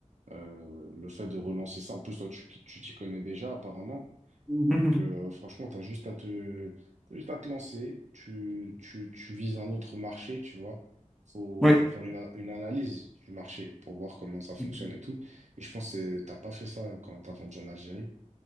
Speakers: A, on the right; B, in the centre.
A: euh, le fait de relancer ça, en plus, toi, tu tu t'y connais déjà apparemment.
B: Mhm.
A: Donc euh, franchement, t'as juste à te, t'as juste à te lancer. Tu, tu, tu vises un autre marché, tu vois. Faut,
B: Oui,
A: faut faire une, a- une analyse du marché pour voir comment ça fonctionne
B: oui,
A: et tout. Et je pense que c'est- t'as pas fait ça quand t'as vendu en Algérie.